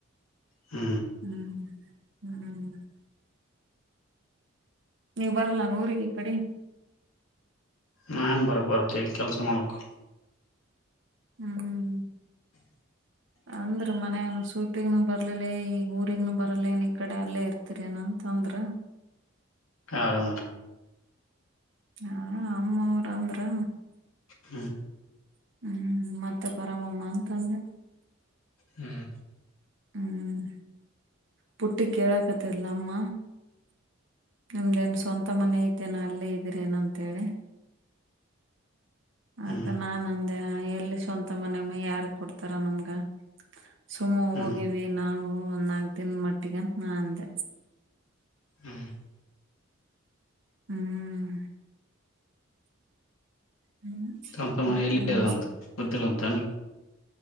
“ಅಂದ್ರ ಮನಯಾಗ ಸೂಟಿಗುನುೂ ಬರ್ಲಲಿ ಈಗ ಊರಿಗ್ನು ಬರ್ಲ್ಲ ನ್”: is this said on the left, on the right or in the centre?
Right